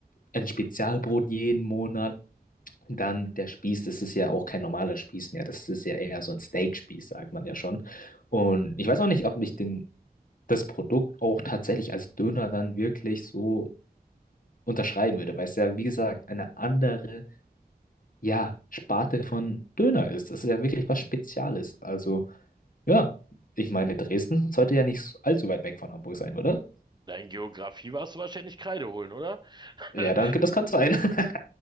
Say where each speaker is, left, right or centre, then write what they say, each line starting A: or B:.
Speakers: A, on the left; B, on the right.
A: ein Spezialbrot jeden Monat dann der Spieß, das ist ja auch kein normaler Spieß mehr. Das ist ja eher so ein Steakspieß, sagt man ja schon. Und ich weiß auch nicht, ob ich den, das Produkt auch tatsächlich als Döner dann wirklich so unterschreiben würde, weil es ja, wie gesagt, eine andere, ja, Sparte von Döner ist. Das ist ja wirklich was Spezielles. Also, ja, ich meine, Dresden sollte ja nicht allzu weit weg von Hamburg sein, oder?
B: Dein Geografie warst du wahrscheinlich Kreide holen, oder?
A: Ja,
B: <laughs>
A: danke, das kann sein. <laughs>